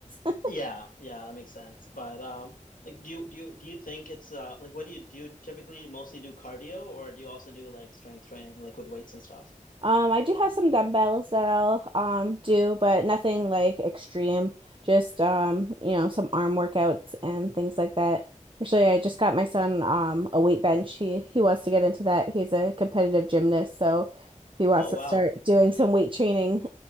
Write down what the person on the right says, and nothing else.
<laughs>
Um, I do have some dumbbells that I'll um do, but nothing like extreme. Just um, you know, some arm workouts and things like that. Actually, I just got my son um a weight bench. He he wants to get into that. He's a competitive gymnast, so he wants
to
start doing some weight training